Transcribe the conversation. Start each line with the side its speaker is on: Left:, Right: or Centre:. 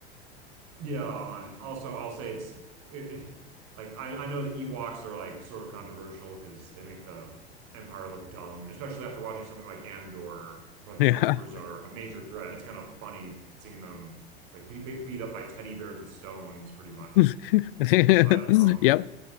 Right: Yeah, and also I'll say it's it, it- like I, I know the Ewoks are like sort of controversial because they make the Empire look dumb, especially after watching something like Andor, where like
Left: Yeah.
Right: stormtroopers are a major threat. It's kind of funny seeing them like be, be, beat up by teddy bears with stones, pretty much.
Left: <laughs>
Right: But um,
Left: Yep.